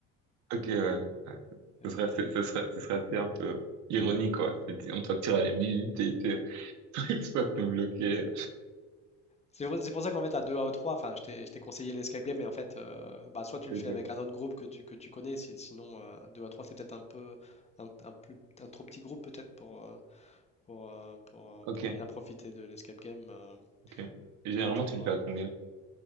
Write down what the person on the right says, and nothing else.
Ok, ouais. Ouais.
Ce serait, assez- ce serait, ce serait assez un peu ironique, quoi. C'est- On te facture à la minute et tu <laughs> exploites te bloquer.
Ok,
ok,
ok. Et Généralement,
tu le fais à combien?